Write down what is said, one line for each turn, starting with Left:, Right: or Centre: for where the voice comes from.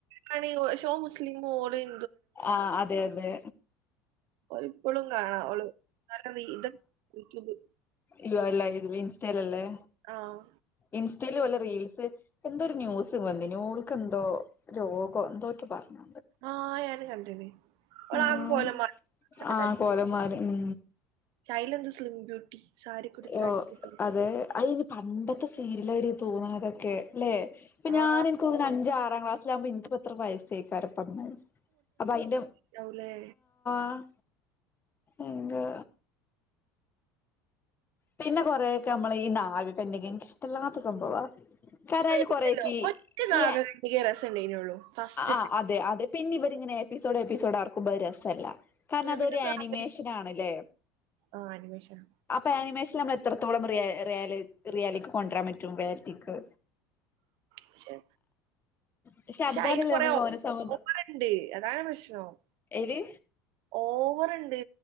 Right: ഹണീറോഷോ ഓൻ മുസ്ലിമ് ഓള് ഹി
Left: ആഹ് അതെ യതെ.
Right: ഒരിപ്പളും കാണാം ഓളു <unintelligible>
Left: ഇവ ലൈവ്ലിൻസ്റ്റേല്ലല്ലേ?
Right: ആഹ്
Left: ഇൻസ്റ്റേല് പോലെ റീൽസ് എന്തോരു ന്യൂസ് വന്ന്ന് ഓൾക്കന്തോ രോഗോ എന്തോറ്റ പറഞ്ഞു.
Right: ആഹ് ഞാന്കണ്ട്ണ്. ഓളാകെ
Left: ആഹ്
Right: കോലം മറ ച്ചൊക്കെ
Left: ആഹ്
Right: തടിച്ച്
Left: കോലന്മാര് ഉം
Right: സൈലെന്ത്‌ സ്ലിം ബ്യൂട്ടി, സാരി കുടുത്ത്
Left: ഓ
Right: അടിപൊളി
Left: അതെ അയിന് പണ്ടത്തെ സീരിയലവര് തൂങ്ങ്ണതൊക്കെ ല്ലെ, പ്പൊ
Right: ആ
Left: ഞാനെ നിക്ക് ഓന്ന്ണ് അഞ്ചാ ആ ത്താം ക്ലാസിലാവ്മ്പ ഇൻക്ക്പ്പെത്ര വയസ്സെയിക്കാരം ഇപ്പംന്ന്. അപ്പ അയിന്റെ
Right: ലവുലേ
Left: ആഹ് എന്താ പിന്നെ കൊറേയൊക്കെ നമ്മളേ ഈ നാഗ കനൃകെ എനിക്കിഷ്ടല്ലാത്ത സംഭവാത്. <unintelligible>
Right: ആയിരിക്കല്ലോ
Left: കൊറേക്കീ <unintelligible>
Right: ഒറ്റ നാഗകണ്ണിക രസം ഉണ്ടായിരുന്നുള്ളൂ ഫസ്റ്റത്തെ
Left: ആഹ് അതെ അതെ പിന്നി വരിങ്ങനെ എപ്പിസോഡ് എപ്പിസോഡർക്കുമ്പൊത് രസല്ല. കാരണം
Right: പിന്നെ
Left: അതൊരു
Right: പിന്നെ നാഗ-
Left: ആനിമേഷനാണ്ല്ലേ?
Right: ആ അനിമേഷൻ
Left: അപ്പ ആനിമേഷൻല് നമ്മള് എ ത്രത്തോളം റിയ റിയാല് റിയാലിക്ക് കൊണ്ടരാൻ പറ്റും റിയാലിറ്റിക്ക്.
Right: പക്ഷെ
Left: പക്ഷെ
Right: ക്ഷെ
Left: അതുപോലെയല്ലേ
Right: അയിൽ കൊറേ
Left: നമ്മൾ
Right: ഓ
Left: മൗനസമ്മതം
Right: ഓവറ്ണ്ട് അതാണ് പ്രശ്നം. <unintelligible>
Left: ഏല്
Right: ഓവറ്ണ്ട്